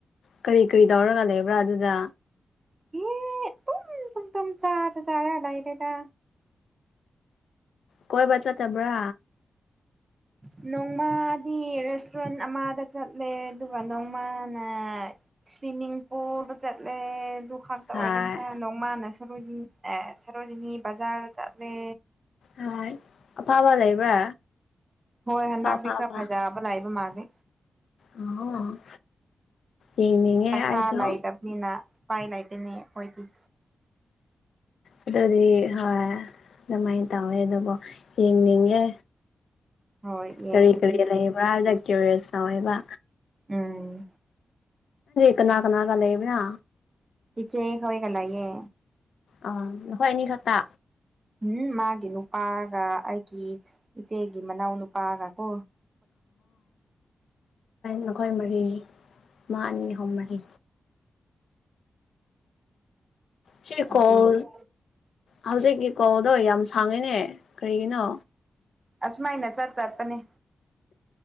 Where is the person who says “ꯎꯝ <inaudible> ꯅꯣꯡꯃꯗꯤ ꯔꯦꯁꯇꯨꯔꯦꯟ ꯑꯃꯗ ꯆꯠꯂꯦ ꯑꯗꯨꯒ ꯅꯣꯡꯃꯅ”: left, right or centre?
Right